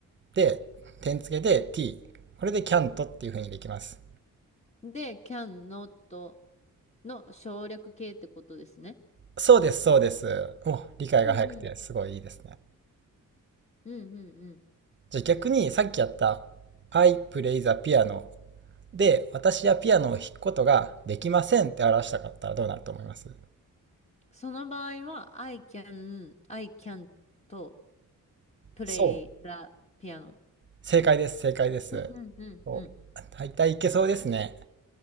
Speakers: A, on the right; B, on the left.
A: で、点付けで t。これで can t っていう風にできます。
B: うん。で、can not の省略形ってことですね。
A: そうです、そうです。お、理解が早くてすごいいいですね。
B: うんうん。うんうんうん。
A: じゃあ逆にさっきやった I play the piano で私はピアノを弾くことができませんって表したかったらどうなると思います
B: その場合は、I can, I can と play
A: そう。
B: the piano。
A: 正解です、正解です。
B: うんうんうんうん。
A: そう大体いけそうですね。